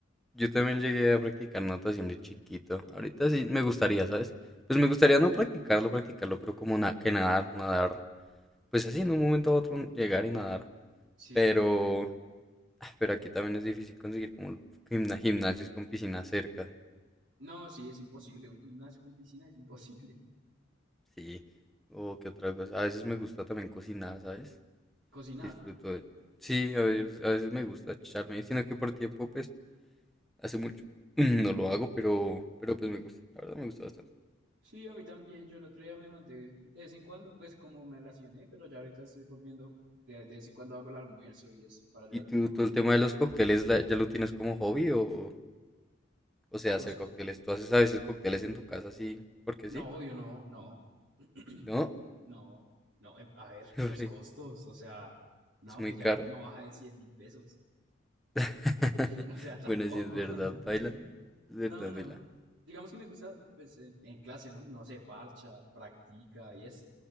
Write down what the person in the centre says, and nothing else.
yo también llegué a practicar natación de chiquito. Ahorita sí me gustaría, ¿sabes? Pues me gustaría no practicarlo, practicarlo, pero como na- que nadar, nadar. Pues así, en un momento a otro llegar y nadar.
Pero, ah, pero aquí también es difícil conseguir como gimna- gimnasios con piscina cerca.
Sí. O qué otra cosa. A veces me gusta también cocinar, ¿sabes?
Disfruto de... Sí, a veces, a veces me gusta echarme, sino que por tiempo, pues, hace mucho <clears throat> no lo hago, pero, pero pues me gusta. La verdad me gusta bastante.
¿Y tú,
tú el tema de los cócteles la- ya lo tienes como hobby o, o sea,
hacer
cócteles? ¿Tú haces a veces cócteles en tu casa así? Porque
sí,
¿no?
<laughs> Porque
Es
muy caro.
<laughs>
Bueno, sí es verdad,
paila. Es verdad,
vela.